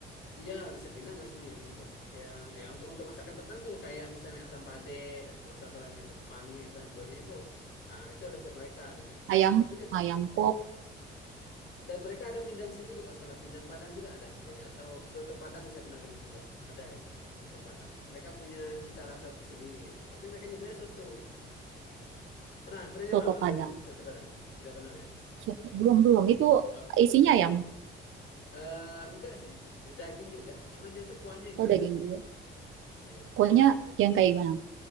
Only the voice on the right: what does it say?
ayam
ayam pop
soto
Padang
so- belum belum itu
isinya ayam
oh
daging dulu
kuahnya
yang kayak gimana